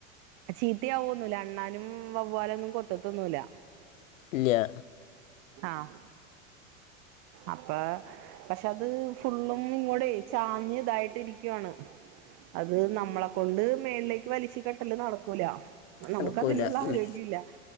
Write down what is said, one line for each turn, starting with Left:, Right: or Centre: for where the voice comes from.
Right: ചീത്തയാവോന്നുല്ല അണ്ണാനും വവ്വാലൊന്നും കൊത്തത്തൊന്നുല്ല
Left: ഇല്യാ
Right: ആഹ് അപ്പൊ പക്ഷെ അത് ഫുള്ളും ഇങ്ങോടെ ചാഞ്ഞ്തായിട്ട് ഇരിക്കുവാണ് അത് നമ്മളെകൊണ്ട് മേള്ളേക്ക് വലിച്ച് കെട്ടല് നടക്കൂല
Left: നടക്കൂല
Right: നമുക്കതിനുള്ള
Left: ഉം,
Right: ആരോഗ്യംല്ല